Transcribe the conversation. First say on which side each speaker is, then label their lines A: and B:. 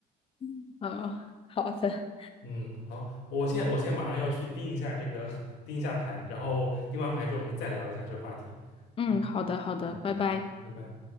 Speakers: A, on the left; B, on the left.
A: <laughs> 嗯，好的，
B: 嗯，好，我现在我现在马上要去盯一下这个 <laughs> 盯一下盘，然后盯完盘之后我们再聊一下这个话题。
A: <laughs> 嗯，
B: 嗯，
A: 好的，好的，
B: 好的，
A: 拜拜。
B: 拜拜。